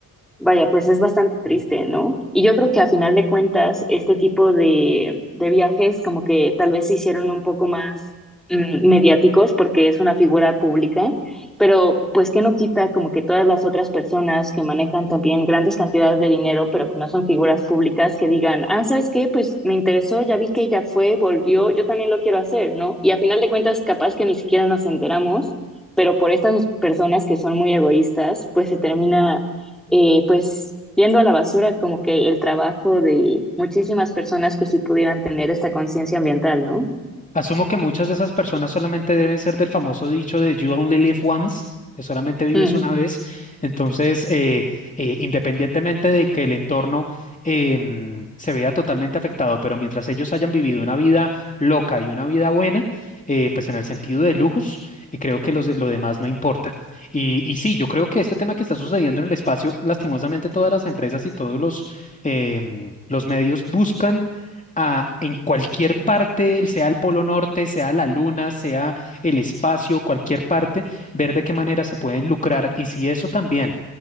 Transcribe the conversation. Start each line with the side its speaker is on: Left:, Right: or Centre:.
Centre: Vaya, pues es bastante triste, ¿no? Y yo creo que a final de cuentas, este tipo de, de viajes como que tal vez se hicieron un poco más mm, mediáticos porque es una figura pública, pero pues que no quita como que todas las otras personas que manejan también grandes cantidades de dinero, pero que no son figuras públicas, que digan, ah, ¿sabes qué? Pues me interesó, ya vi que ella fue, volvió, yo también lo quiero hacer, ¿no? Y a final de cuentas, capaz que ni siquiera nos enteramos pero por estas personas que son muy egoístas, pues se termina eh, pues yendo a la basura como que el trabajo de muchísimas personas que sí pudieran tener esta conciencia ambiental, ¿no?
Left: Asumo que muchas de esas personas solamente deben ser del famoso dicho de You only live once, de solamente vives
Centre: Mm.
Left: una vez. Entonces, eh, eh, independientemente de que el entorno em, se vea totalmente afectado, pero mientras ellos hayan vivido una vida loca y una vida buena, eh, pues en el sentido de lujos, y creo que los de- lo demás no importa. Y, y sí, yo creo que este tema que está sucediendo en el espacio, lastimosamente todas las empresas y todos los, em, los medios buscan a- en cualquier parte, sea el Polo Norte, sea la Luna, sea el espacio, cualquier parte, ver de qué manera se pueden lucrar. Y si eso también,